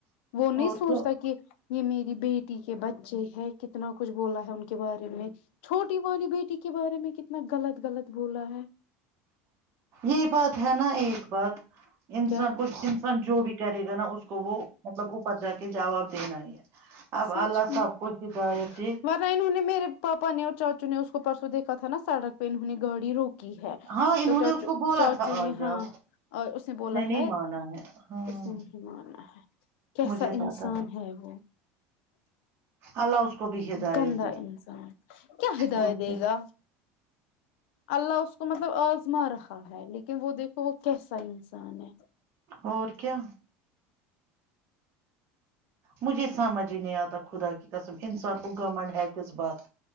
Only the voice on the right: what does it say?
اور
کیا
یہ بات ہے نا ایک بعد انسان
کچھ انسان جو بھی کرے گا نا اس کو وہ مطلب اوپر جا کے کے جواب دینا ہی ہے اب
اللہ
سب کو ہدایت دے
ہاں انہوں
نے اس کو بولا
تھا آ
جاؤ
نہیں
مانا ہے ہاں
مجھے پتا
اللہ اس کو بھی ہدایت
دے
اور
کیا
اور کیا مجھے سمجھ ہی نہیں آتا خدا کی قسم انسان کو گورمنٹ ہےیکس بات